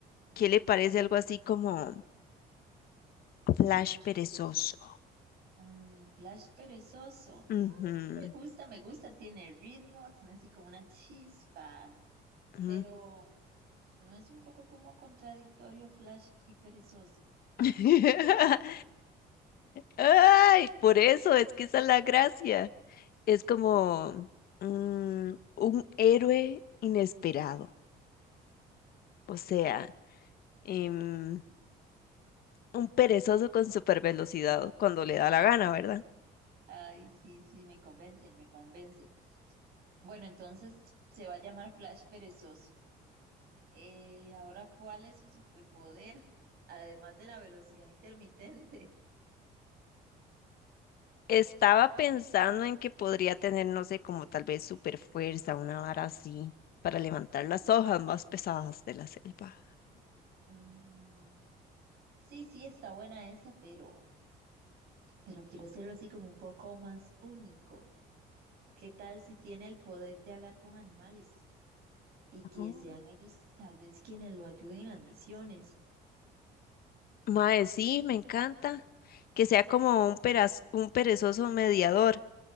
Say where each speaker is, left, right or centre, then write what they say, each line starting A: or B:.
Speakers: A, on the left; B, on the right.
A: ¿Qué le parece algo así como Flash perezoso?
B: mm, Flash perezoso.
A: Ujú,
B: Me gusta, me gusta, tiene ritmo, tiene así como una chispa,
A: ujú.
B: pero ¿No es un poco como contradictorio, Flash y perezoso? <laughs>
A: <laughs> Ay, por eso es que esa es la gracia. Es como mm, un héroe inesperado. O sea, em, un perezoso con super velocidad cuando le da la gana, ¿verdad?
B: Ay, sí, sí, me convence, me convence. Bueno, entonces se va a llamar Flash perezoso. Eh, ahora, ¿cuál es su superpoder? Además de la velocidad intermitente. <laughs>
A: Estaba pensando en que podría tener, no sé, como tal vez super fuerza, una vara así, para levantar las hojas más pesadas de la selva.
B: Mm, sí, sí, está buena esa, pero, pero quiero hacerlo así como un poco más único. ¿Qué tal si tiene el poder de hablar con animales y
A: Ujú.
B: que sean ellos tal vez quienes lo ayuden en las misiones?
A: Mae, sí, me encanta. Que sea como un peraz- un perezoso mediador,